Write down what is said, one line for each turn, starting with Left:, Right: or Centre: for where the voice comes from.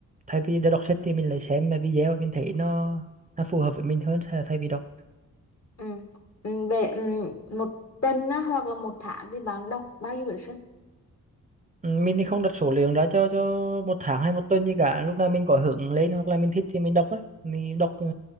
Right: thay vì để đọc sách thì mình lại xem video mình thấy nó nó phù hợp với mình hơn thay thay vì đọc
Left: ừ. Ừ, về ừ, một tuần á, hoặc là một tháng thì bạn đọc bao nhiêu quyển sách
Right: Ừ, mình thì không đặt số lượng ra cho cho một tháng hay một tuần gì cả lúc nào mình có hứng lên hoặc là mình thích thì mình đọc á mình đọc ừ,